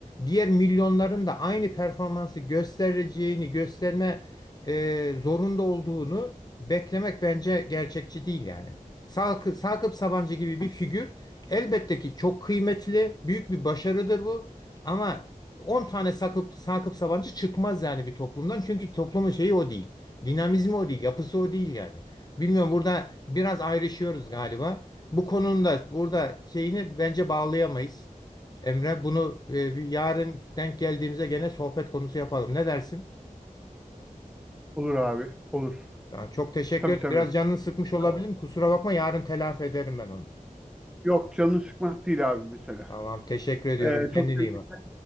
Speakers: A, on the left; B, in the centre.
A: diğer milyonların da aynı performansı göstereceğini, gösterme e, zorunda olduğunu beklemek bence gerçekçi değil yani. Sakıp, Sakıp Sabancı gibi bir figür elbette ki çok kıymetli, büyük bir başarıdır bu. Ama 10 tane Sakıp, Sakıp Sabancı çıkmaz yani bir toplumdan. Çünkü toplumun şeyi o değil. Dinamizmi o değil. Yapısı o değil yani. Bilmiyorum burada biraz ayrışıyoruz galiba. Bu konunun da burada şeyini bence bağlayamayız. Emre bunu e, bir yarın denk geldiğimizde gene sohbet konusu yapalım. Ne dersin?
B: Olur abi, olur.
A: Tamam, çok teşekkür
B: Tabii
A: ederim.
B: tabii.
A: Biraz canını sıkmış olabilirim.
B: Doğru.
A: Kusura bakma yarın telafi ederim ben onu.
B: Yok canını sıkmak değil abi mesela.
A: Tamam teşekkür ediyorum.
B: Ee,
A: Kendine
B: çok teşekkürler.
A: iyi bak.